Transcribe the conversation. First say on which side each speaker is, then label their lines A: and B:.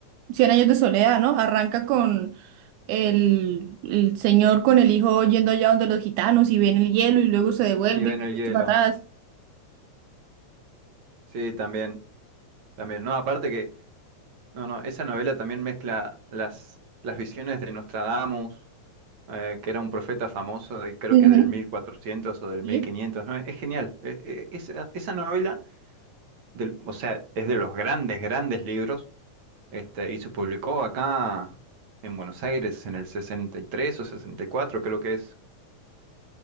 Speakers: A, on the right; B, on the right.
A: Cien años de soledad, ¿no? Arranca con el, el señor con el hijo yendo allá donde los gitanos y ven el hielo y luego se devuelve
B: y ve en
A: y
B: el
A: vuelve
B: hielo.
A: para atrás.
B: Sí, también, también. No, aparte que... No, no, esa novela también mezcla las, las visiones de Nostradamus, eh, que era un profeta famoso, de, creo
A: Ujú.
B: que del 1400 o del
A: Sí,
B: 1500, ¿no? Es genial. Eh, eh, esa, esa novela, del, o sea, es de los grandes, grandes libros, este, y se publicó acá en Buenos Aires en el 63 o 64, creo que es.